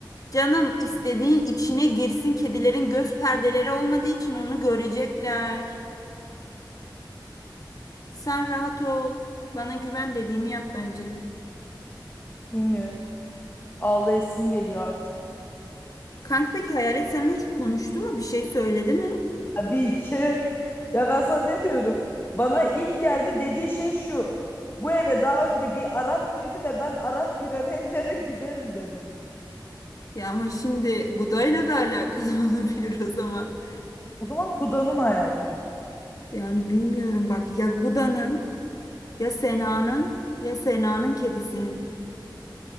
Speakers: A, on the left (about 50°); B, on the left (about 30°).
A: Canım istediğin içine girsin kedilerin göz perdeleri olmadığı için onu görecekler. Sen rahat ol. Bana güven dediğimi yap bence.
B: Bilmiyorum. Ağlayasım geliyor artık.
A: Kanka peki Hayalet seninle hiç konuştu mu? Bir şey söyledi mi?
B: Tabii ki. Ya ben sana ne diyorum? Bana ilk geldi dediği şey şu. Bu eve daha önce bir Arap girdi ve ben Arap giren evlere giderim dedi.
A: Ya ama şimdi Guda'yla da alakalı <laughs> olabilir o zaman.
B: O zaman Guda'nın hayaleti.
A: Yani bilmiyorum bak ya Guda'nın ya Sena'nın ya Sena'nın kedisinin.